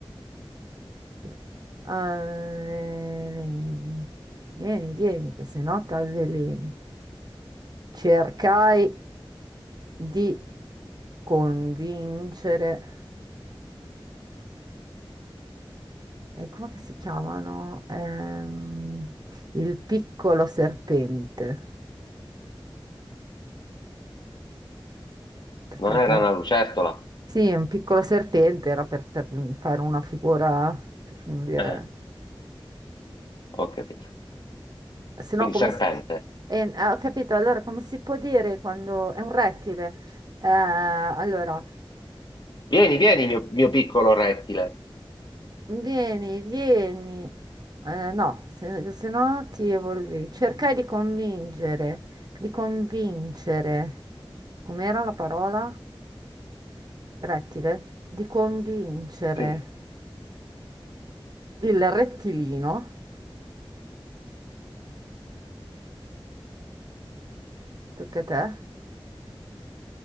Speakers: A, on the right; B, on the left.
A: che- Avveleni. Vieni, vieni, che se no t'avveleni. Cercai di convincere, eh, com'è che si chiamano? Ehm, il piccolo serpente. Tocca
B: Non
A: a
B: era
A: te.
B: una lucertola?
A: Sì, un piccolo serpente era per, per fare una figura, per non dire...
B: Eh, ho capito.
A: Se no,
B: Quindi
A: come
B: serpente.
A: si... eh, ah, ho capito, allora come si può dire quando... È un rettile. Eh, allora...
B: Vieni, vieni, mio, mio piccolo rettile.
A: Vieni, vieni. Eh, no, se, se no ti evolvi. Cercai di convincere, di convincere. Com'era la parola? Rettile. Di convincere
B: Sì.
A: il rettilino, tocca a te,